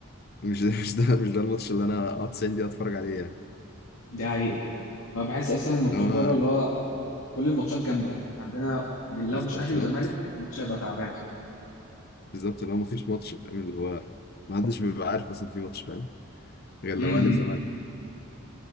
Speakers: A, on the left; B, on the left.
A: مش ده مش ده مش ده الماتش اللي انا اقعد 90 دقيقه اتفرج عليه يعني
B: <laughs> دي حقيقة انا بحس اصلا الماتشات
A: اللي هو
B: بره اللي هو كل الماتشات جامدة يعني إحنا عندنا لو
A: بز-
B: مش
A: بالظبط
B: اهلي وزمالك الماتش هيبقى تعبان
A: بالظبط اللي هو مفيش ماتش فاهم اللي هو ما حدش بيبقى عارف اصلا في ماتش فاهم غير لو
B: امم
A: اهلي وزمالك